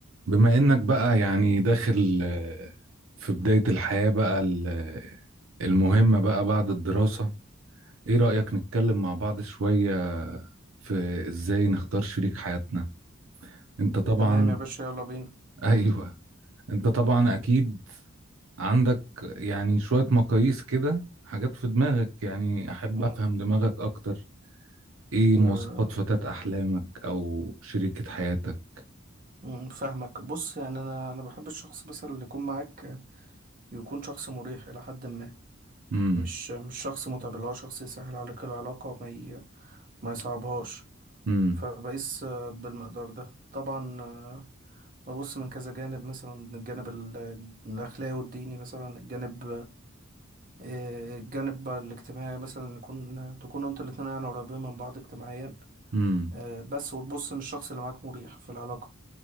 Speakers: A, on the right (about 75°); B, on the right (about 45°).
A: بما انك بقى يعني داخل آه، في بداية الحياة بقى ال- آه، المهمة بقى بعد الدراسة ايه رأيك نتكلم مع بعض شوية في ازاي نختار شريك حياتنا انت طبعا
B: تمام يا باشا يلا بينا
A: <laughs> ايوه انت طبعا اكيد عندك يعني شوية مقاييس كده حاجات في دماغك يعني احب
B: مم.
A: افهم دماغك اكتر ايه
B: آه،
A: مواصفات فتاة احلامك او شريكة حياتك
B: مم، فاهمك بص يعني انا انا بحب الشخص مثلا اللي يكون معاك يكون شخص مريح الى حد ما
A: امم
B: مش مش شخص متعب اللي هو شخص يسهل عليك العلاقه وما ي... ما يصعبهاش
A: امم
B: فبقيس آه، بالمقدار ده طبعا آه، ببص من كذا جانب مثلا من الجانب ال- الأخلاقي والديني مثلا الجانب آه، الجانب الاجتماعي مثلا نكون تكونوا انتوا الاتنين يعني قريبين من بعض اجتماعيا
A: امم
B: آه، بس وتبص ان الشخص اللي معاك مريح في العلاقة